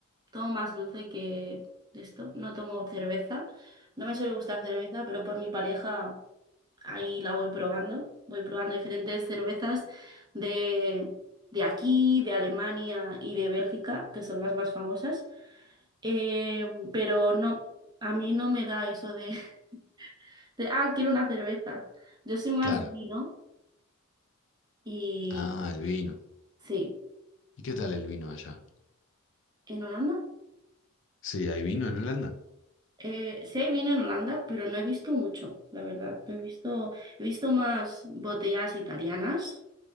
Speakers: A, on the right; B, on the left.
A: tomo más dulce que de esto, no tomo cerveza, no me suele gustar cerveza, pero por mi pareja ahí la voy probando, voy probando diferentes cervezas de, de aquí, de Alemania y de Bélgica, que son las más famosas, Eh, pero no, a mí no me da eso de, <laughs> de, ah, quiero una cerveza, yo soy más
B: Claro.
A: de vino y
B: Ah, el vino.
A: sí,
B: ¿Y qué tal el vino allá?
A: en Holanda.
B: Sí, ¿hay vino en Holanda?
A: Eh, sí hay vino en Holanda, pero no he visto mucho, la verdad. No he visto, he visto más botellas italianas